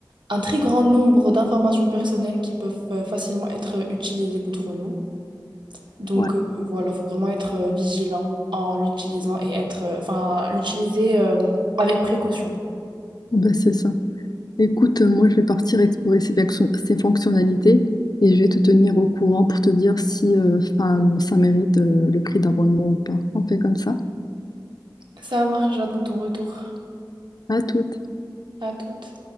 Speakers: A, on the right; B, on the left.
A: un très grand nombre d'informations personnelles qui peuvent euh, facilement être utilisées contre nous. Donc
B: ouais,
A: euh, voilà, il faut vraiment être euh, vigilant en l'utilisant et être, euh, enfin, l'utiliser euh, avec précaution.
B: bah c'est ça. Écoute, euh, moi je vais partir explorer ces, fonction- ces fonctionnalités et je vais te tenir au courant pour te dire si euh, enfin, ça mérite euh, le prix d'abonnement ou pas. On fait comme ça.
A: Ça marche, j'attends ton retour.
B: À toutes.
A: À toute.